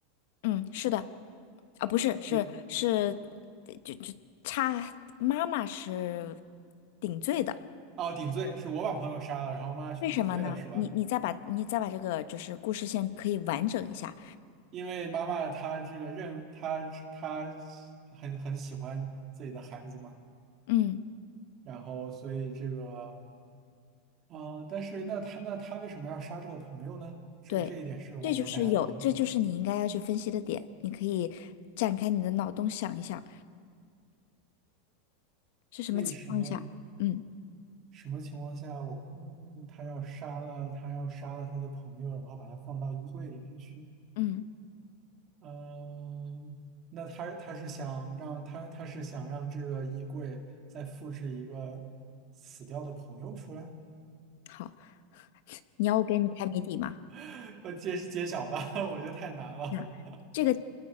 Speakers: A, on the left; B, on the right.
A: 嗯，是的。啊，不是，
B: 那原
A: 是是，就就差妈妈是顶罪的，
B: 哦顶罪是我把朋友杀了，然后妈妈去顶罪了是吧？
A: 为什么呢？你你再把你再把这个就是故事线可以完整一下，
B: 因为妈妈她这个认她她很很喜欢自己的孩子嘛，
A: 嗯，
B: 然后所以这个啊、呃但是那她那她为什么要杀这个朋友呢？这这一点是我没有
A: 对，这就是有，
B: get 到的。
A: 这就是你应该要去分析的点，你可以展开你的脑洞想一想是什么情况下，
B: 为什么？
A: 嗯
B: 什么情况下我会他要杀了他要杀了他的朋友，然后把他放到衣柜里面去？
A: 嗯，
B: 嗯，那他他是想让他他是想让这个衣柜再复制一个死掉的朋友出来？
A: 好，你要我给你开谜底吗？
B: <laughs> 我揭揭晓吧，<laughs> 我觉得太难了。
A: 那这个